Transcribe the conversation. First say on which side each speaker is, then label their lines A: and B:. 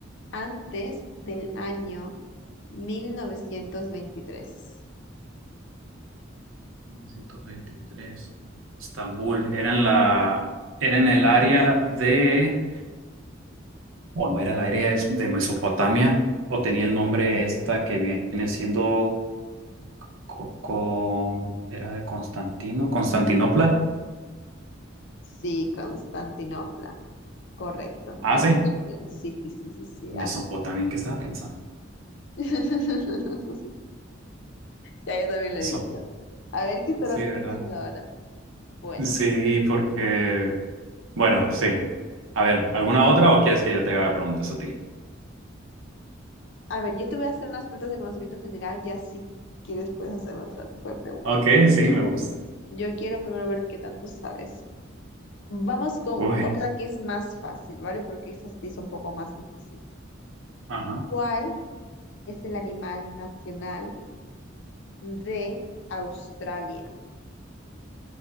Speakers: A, on the left; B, on the right.
A: antes del año 1923.
B: ciento veintitrés. Estambul. Era en la, era en el área de, o no era el área es- de Mesopotamia, o tenía el nombre esta que viene siendo co- con, era de Constantino, Constantinopla.
A: Sí, Constantinopla. Correcto.
B: Ah,
A: Lo has
B: sí.
A: hecho bien. Sí, sí, sí, sí, sí.
B: Mesopotamia,
A: así.
B: ¿en qué estaba pensando?
A: <laughs> Ya yo también lo
B: Mesopotamia.
A: he dicho. A ver qué estará
B: Sí,
A: pensando
B: ¿verdad?
A: ahora. Bueno,
B: Sí, porque, bueno, sí. A ver, ¿alguna otra o quieres que yo te haga preguntas a ti?
A: a ver, yo te voy a hacer unas preguntas de conocimiento general, ya si tú quieres puedes hacerme otro tipo de preguntas.
B: Ok, sí,
A: No,
B: me
A: Yo,
B: gusta.
A: yo quiero primero ver qué tanto sabes. Vamos con
B: Uy,
A: otra que es más fácil, ¿vale? Porque esta se te hizo un poco más difícil.
B: ajá.
A: ¿Cuál es el animal nacional de Australia?